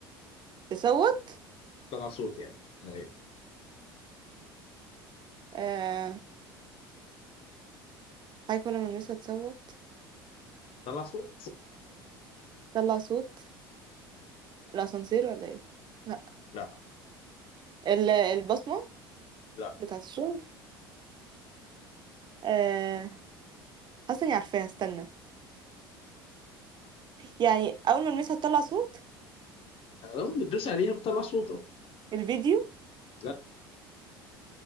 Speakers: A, on the right; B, on the left.
A: تصوت
B: تطلع صوت يعني ايوه
A: آه حاجة كل ما المسها تصوت
B: تطلع صوت
A: طلع صوت الأسانسير ولا ايه لا
B: لا
A: ال- البصمة
B: لا
A: بتاعة الشغل آه حاسة اني عارفاها استنى يعني أول ما المسها تطلع صوت
B: لو بتدوس عليها بتطلع صوت أهو.
A: الفيديو
B: لا